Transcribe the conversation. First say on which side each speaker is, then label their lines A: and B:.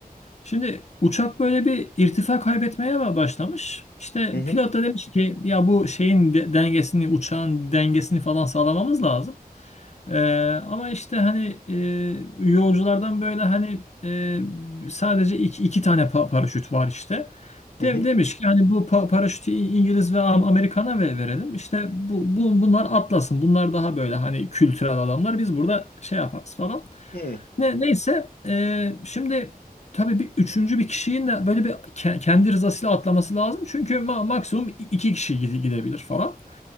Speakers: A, on the left (about 45°); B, on the left (about 85°).
A: Şimdi uçak böyle bir irtifa kaybetmeye mi başlamış. İşte
B: Hı hı.
A: pilot da demiş ki ya bu şeyin de- dengesini, uçağın dengesini falan sağlamamız lazım. Ee, ama işte hani e, yolculardan böyle hani e, sadece iki, iki tane pa- paraşüt var işte.
B: Hı
A: De-
B: hı.
A: demiş ki hani bu pa- paraşütü İ- İngiliz ve Am- Amerikan'a ve verelim. İşte bu, bu bunlar atlasın. Bunlar daha böyle hani kültürel adamlar. Biz burada şey yaparız falan.
B: Hı
A: Ne, neyse e, şimdi tabii bir üçüncü bir kişinin de böyle bir ke- kendi rızasıyla atlaması lazım. Çünkü ma- maksimum iki kişi gide- gidebilir falan.